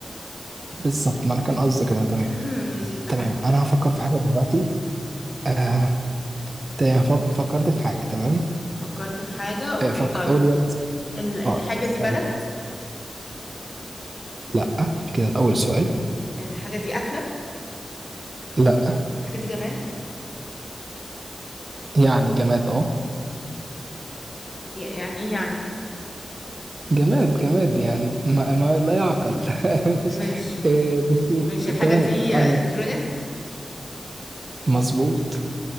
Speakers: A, on the right; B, on the left.
A: بالظبط ما انا كان قصدي كده تمام
B: <laughs> ماشي اتفقنا
A: تمام انا هفكر في حاجة دلوقتي آه تمام فك... فكرت في حاجة تمام
B: فكرت في حاجة اوكي
A: آه فك...
B: طيب
A: قول يلا
B: ال... الحاجة
A: اه اسألي
B: دي بلد
A: لا كده اول سؤال
B: الحاجة دي أكلة
A: لا
B: الحاجة دي جماد
A: يعني جماد اه
B: ي- يعني ايه يعني
A: جماد جماد يعني ما, ما لا يعقل <laughs>
B: ماشي
A: مش- إيه، بس-
B: ماشي الحاجة
A: تمام
B: دي
A: يعني
B: الكترونيك
A: مظبوط